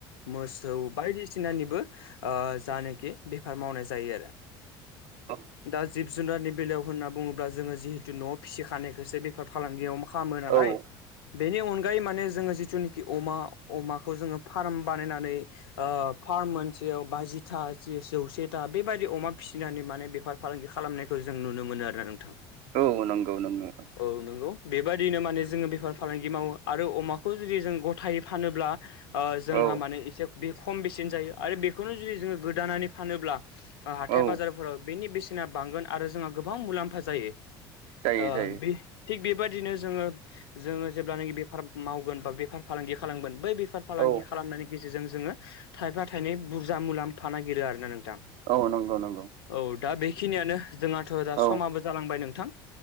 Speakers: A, on the left (about 90°); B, on the right (about 60°).
A: मोसौ बायदिसिनानिबो ओ जानाखि बेफार मावनाय जायो आरो
B: औ
A: दा जिब जुनारनि बेलायाव होनना बुङोब्ला जोङो जिहेतु न'आव फिसि खानाय से बेफार फालांगियाव खालामो नालाय
B: औ औ
A: बेनि अनगायै माने जोङो जिथुनिखि अमा अमाखौ जोङो फार्म बानायनानै ओ फार्म मोनसेयाव बाजिथा जौसेथा बेबदि अमा फिसिनानै माने बेफोर फालांगि खालामनायखौ जों नुनो मोनो आरोना नोंथां
B: औ नंगौ नंगौ
A: औ नंगौ बेबायादिनो माने जोङो बेफार फालांगि मावो आरो अमाखौ जुदि जों गथायै फानोब्ला ओ जोंहा
B: औ
A: माने एसे बे खम बेसेन जायो आरो बेखौनो जुदि जोङो गोदानानै फानोब्ला हाथाय
B: औ
A: बाजारफोराव बेनि बेसेना बांगोन आरो जोंहा गोबां मुलाम्फा जायो
B: जायो
A: ओ
B: जायो
A: बे थिग बेबायदिनो जोङो जोङो जेब्लानोखि बेफार मावगोन बा बेफार फालांगि खालामगोन बै बेफार फालांगि
B: औ
A: खालामनायनि गेजेरजों जोङो थाइफा थाइनै बुरजा मुलामफा नागिरो आरोना नोंथां
B: औ नंगौ नंगौ
A: औ दा बेखिनियानो जोंहाथ दा समाबो
B: औ
A: जालांबाय नोंथां